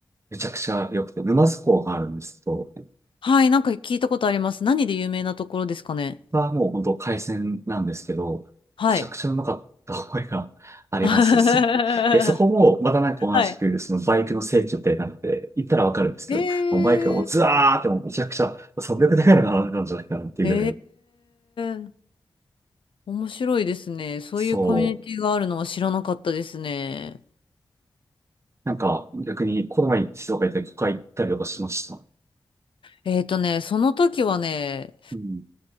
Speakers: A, on the right (about 30°); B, on the left (about 75°).
A: めちゃくちゃ良くて、沼津港があるんですけど、
B: はい、なんか聞いたことあります。何で有名なところですかね。
A: はもう本当海鮮なんですけど、
B: はい。
A: めちゃくちゃうまかった覚えがあります。
B: <laughs> は
A: そ、で、そこもまたなんか同じく、
B: い。
A: そのバイクの聖地みたいになって、行ったらわかるんですけど、
B: <laughs> へ
A: もうバイクがもうズワーってもうめちゃくちゃ300台ぐらい並んでたんじゃないかなっていうぐらい。
B: え。へえ。面白いですね。そういうコミュニティがあるのは知らなかったですね。
A: そう。なんか逆にこの前に静岡行ったり、ここ行ったりとかしました。
B: えっとね、その時はね、
A: うん。